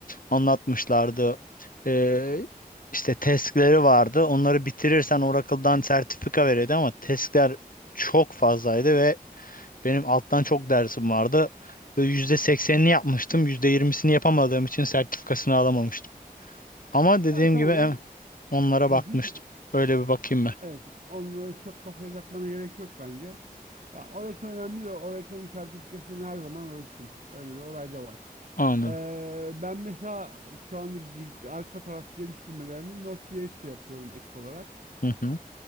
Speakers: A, on the left; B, on the right.
A: anlatmışlardı. Ee, işte testleri vardı. Onları bitirirsen Oracle'dan sertifika veriyordu ama testler çok fazlaydı ve benim alttan çok dersim vardı. Ve %80'ini yapmıştım. %20'sini yapamadığım için sertifikasını alamamıştım. Ama dediğim
B: ya tamam
A: gibi em-
B: on...
A: onlara
B: Hı
A: bakmıştım.
B: hı,
A: Öyle bir bakayım ben.
B: Evet, onları çok kafaya takmana gerek yok bence. Ya Oracle önemli de Oracle'ın sertifikasını her zaman alırsın. Öyle bir olay da var.
A: Anladım.
B: Ee, ben mesela şu anda gi- arka taraf geliştirmelerini Node.js ile yapıyorum ek olarak.
A: Hı hı.